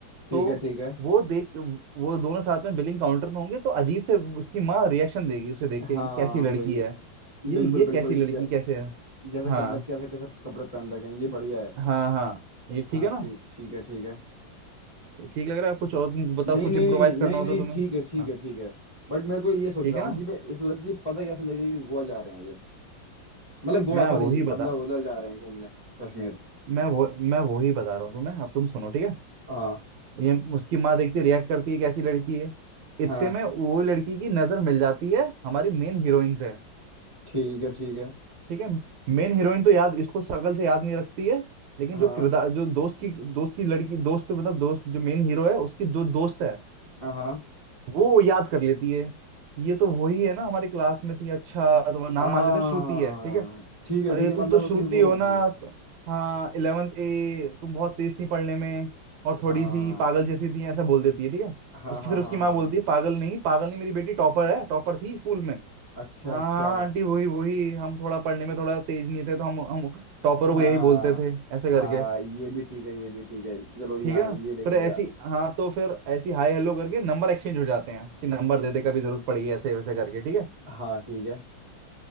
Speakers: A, on the left; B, on the right.
A: ठीक
B: तो
A: है ठीक है
B: वो देख वो दोनों साथ में बिलिंग काउंटर में होंगे तो अजीब से उसकी माँ रिएक्शन देगी उसे देख के
A: हाँ
B: ये कैसी लड़की
A: वही
B: है ये
A: बिल्कुल
B: ये
A: बिल्कुल
B: कैसी लड़की
A: जै,
B: कैसे है
A: जैसा
B: हाँ
A: कपड़ा कैसे कैसे कपड़े पहन रखे हैं ये बढ़िया है
B: हाँ हाँ ये
A: हाँ
B: ठीक है ना
A: ठीक ठीक है ठीक है
B: ये ठीक लग रहा है कुछ और तुम बताओ
A: नहीं
B: कुछ
A: नहीं
B: इम्प्रोवाइज
A: नहीं
B: करना
A: नहीं
B: हो
A: नहीं
B: तो तुम्हें
A: ठीक है ठीक
B: हाँ
A: है ठीक है बट मेरे को ये सोच
B: ठीक
A: रहा
B: है
A: हूँ
B: ना
A: कि भाई इस लड़की को पता कैसे लगेगा कि गोवा जा रहे हैं ये मतलब गोवा
B: मैं
A: सॉरी
B: वही
A: मतलब
B: बता
A: उधर जा रहे हैं घूमने कश्मीर
B: मैं वो मैं वही बता रहा हूँ तुम्हें अब तुम सुनो ठीक है
A: हाँ
B: ये उसकी माँ देखती रिएक्ट करती है कैसी लड़की है इतने
A: हाँ
B: में वो लड़की की नजर मिल जाती है हमारी मेन हीरोइन से
A: ठीक है ठीक है
B: ठीक है मेन हीरोइन तो याद इसको शक्ल से याद नहीं रखती है लेकिन
A: हाँ
B: जो किरदार जो दोस्त की दोस्त की लड़की दोस्त मतलब दोस्त जो मेन हीरो है उसकी जो दोस्त है
A: हाँ
B: वो याद कर लेती है ये तो वही है ना हमारी क्लास में थी अच्छा तुम्हारा नाम
A: हाँ
B: मान लेते हैं श्रुति है ठीक है
A: ठीक है
B: अरे
A: ठीक है मतलब
B: तुम तो श्रुति
A: उसे वो
B: हो
A: होगी
B: ना त- हाँ इलेवेंथ ए तुम बहुत तेज थी पढ़ने में और थोड़ी
A: हाँ
B: सी पागल जैसी थी ऐसा बोल देती है ठीक है
A: हाँ
B: उसकी
A: हाँ
B: फिर उसकी
A: हाँ
B: माँ
A: हाँ
B: बोलती है पागल नहीं पागल नहीं मेरी बेटी टॉपर है टॉपर थी स्कूल में
A: अच्छा
B: हाँ
A: अच्छा
B: आंटी वही वही हम थोड़ा पढ़ने में थोड़ा तेज नहीं थे तो हम हम टॉपर
A: हाँ
B: को यही बोलते थे ऐसे करके
A: हाँ ये भी ठीक है ये भी ठीक है चलो यहाँ
B: ठीक है ना
A: ये लिख
B: फिर
A: लिया
B: ऐसी हाँ तो फिर ऐसी हाय हेलो करके नंबर एक्सचेंज हो जाते हैं कि नंबर दे दे कभी जरूरत पड़ी ऐसे वैसे करके ठीक है
A: हाँ ठीक है